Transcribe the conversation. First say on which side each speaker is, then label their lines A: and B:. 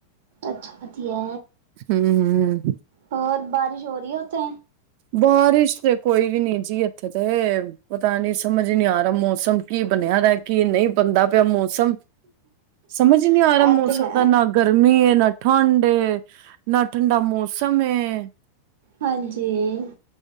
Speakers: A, on the right; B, on the right.
A: ਅੱਛਾ, ਵਦੀਆ।
B: ਹੂੰ- ਹੂੰ।
A: ਹੋਰ ਬਾਰਿਸ਼ ਹੋ ਰੀ ਏ ਉੱਥੇ?
B: ਬਾਰਿਸ਼ ਤੇ ਕੋਈ ਵੀ ਨੀ ਜੀ ਇੱਥੇ 'ਤੇ। ਪਤਾ ਨੀ, ਸਮਝ ਨੀ ਆ ਰੇਆ ਮੌਸਮ ਕੀ ਬਨਿਆ ਦੈ, ਕੀ ਨਈ ਬਨਦਾ ਪੇਆ ਮੌਸਮ। ਸਮਝ ਨੀ ਆ
A: ਇਹ
B: ਰੇਆ ਮੌਸਮ
A: ਤੇ ਹੈ
B: ਦਾ ਨਾ ਗਰਮੀ ਏ, ਨਾ ਠੰਡ ਏ, ਨਾ ਠੰਡਾ ਮੌਸਮ ਏ।
A: ਹਾਂਜੀ,